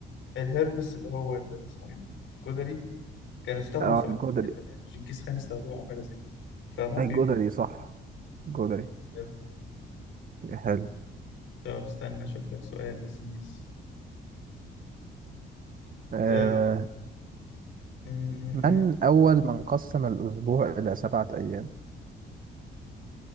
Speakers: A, on the left (about 75°); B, on the right (about 45°).
A: الهربس اللي هو ال- اسمه ايه ده الجدري كان استخدم
B: اه
A: في الحرب
B: الجدري
A: زمان جنكيز خان استخدمه او حاجه زي كده فممكن
B: الجدري
A: يكون
B: صح الجدري
A: الهرب.
B: حلو
A: طب استنى اشوف لك سؤال لذيذ
B: آه
A: أه... م- م-
B: من
A: م.
B: أول من قسم الأسبوع إلى سبعة أيام؟